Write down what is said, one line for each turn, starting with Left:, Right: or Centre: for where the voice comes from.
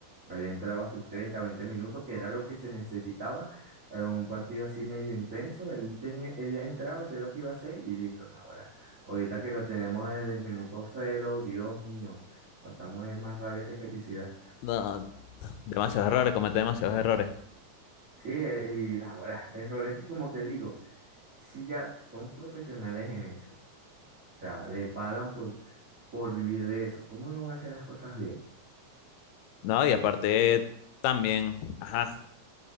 Right: él entraba sus 30 20 minutos, que era lo que se necesitaba en un partido así medio intenso, él tenía, él entraba, hacía lo que iba a hacer y listo, no, ahora, ahorita que lo tenemos desde el minuto cero, Dios mío, pasamos de más rabia que felicidad.
Left: No, demasiados errores, comete demasiados errores.
Right: Sí, eh, y nada, ahora, errores que como te digo, si ya son profesionales en eso, o sea, le pagan por, por vivir de eso, ¿cómo no van a hacer las cosas bien?
Left: No, y aparte también, ajá,